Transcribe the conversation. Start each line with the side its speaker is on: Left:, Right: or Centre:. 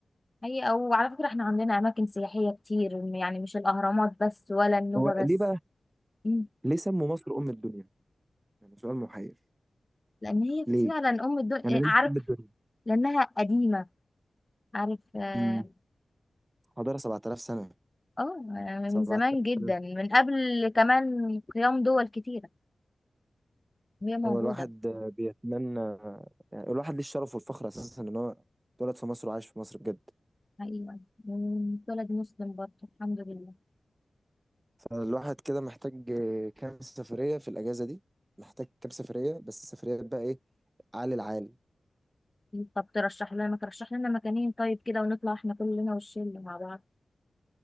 Left: هي او على فكرة احنا عندنا اماكن سياحية كتير يعني مش الاهرامات بس ولا النوبة
Right: هو ليه
Left: بس
Right: بقى
Left: مم.
Right: ليه سموا مصر أم الدنيا يعني سؤال محير
Left: لان هي
Right: ليه
Left: فعلا ام الدنيا
Right: يعني ليه
Left: عارف
Right: أم الدنيا
Left: لانها قديمة عارف اه
Right: امم حضارة 7000 سنة
Left: آه، من
Right: 7000
Left: زمان جدا
Right: سنة
Left: من قبل كمان قيام دول كتيرة وهي موجودة
Right: هو الواحد آه، بيتمنى يعني الواحد ليه الشرف والفخر أساسا إن هو اتولد في مصر وعايش في مصر بجد
Left: ايوه ولد مسلم برضه الحمد لله
Right: فالواحد كده محتاج آه، كام سفرية في الأجازة دي محتاج كام سفرية بس السفريات بقى إيه عال العال
Left: طب ترشح لنا ترشح لنا مكانين طيب كده ونطلع احنا كلنا والشله مع بعض